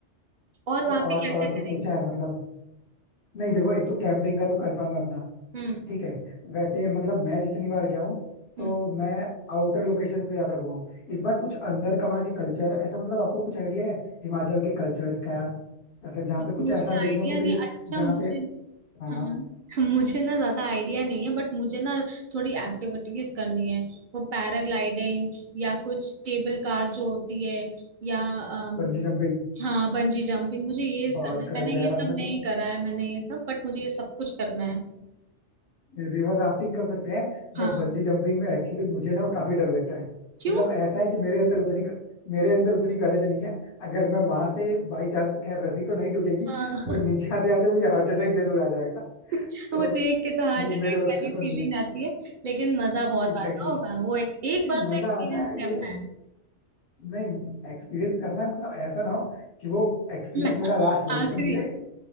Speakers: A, on the right; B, on the left.
A: और
B: तो
A: वहां पे
B: और
A: क्या क्या
B: और कुछ
A: करेंगे
B: सोचा है मतलब नहीं देखो एक तो कैंपिंग का तो कंफर्म है अपना
A: हम्म
B: ठीक है वैसे मतलब मैं जितनी बार गया हूँ तो
A: हम्म
B: मैं आउटर लोकेशंस पे ज्यादा घुमा हूँ इस बार कुछ अंदर का वहाँ के कल्चर ऐसा मतलब आपको कुछ आइडिया है हिमाचल के कल्चर्स का या फिर जहाँ पे कुछ
A: मुझे
B: ऐसा देखने
A: आइडिया
B: को मिले
A: नहीं अच्छा
B: जहाँ
A: मुझे
B: पे हाँ
A: हाँ हाँ। मुझे ना ज्यादा आइडिया नहीं है बट मुझे ना थोड़ी एक्टिविटीज करनी है वो पैराग्लाइडिंग या कुछ केबल कार जो होती है या अम,
B: Bungee jumping
A: हाँ बंजी जंपिंग मुझे ये
B: बहुत
A: करना है
B: करे
A: मैंने
B: जा
A: ये
B: रहा
A: सब
B: आपने
A: नहीं
B: तो
A: करा है मैंने ये सब बट मुझे ये सब कुछ करना है
B: रिवर राफ्टिंग कर सकते हैं
A: हाँ
B: बट बंजी जंपिंग में एक्चुअली मुझे ना काफी डर लगता है
A: क्यों
B: मतलब ऐसा है कि मेरे अंदर उतनी मेरे अंदर उतनी करेज नहीं है अगर मैं वहां से बाई चांस खैर रस्सी तो नहीं टूटेगी
A: हाँ
B: बट नीचे आते आते मुझे हार्ट अटैक जरूर आ जाएगा
A: <laughs>
B: तो
A: वो देख के तो हार्ट
B: वो
A: अटैक
B: मेरे बस
A: वाली
B: का तो
A: फीलिंग
B: नहीं है
A: आती है लेकिन मजा बहुत
B: Exactly
A: आता होगा वो एक
B: exactly.
A: एक
B: नहीं
A: बार
B: मजा
A: तो एक्सपीरियंस
B: आता है
A: करना
B: ये
A: है
B: नहीं एक्सपीरियंस करना है मतलब ऐसा ना हो कि वो एक्सपीरियंस
A: <laughs>
B: मेरा लास्ट बन
A: आखिरी
B: जाए मुझे